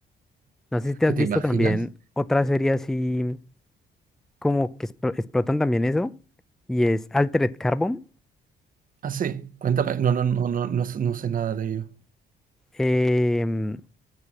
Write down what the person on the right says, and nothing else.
¿Qué
te
imaginas?
Ah, sí, cuéntame. No, no, no, no, no, s- no sé nada de ello.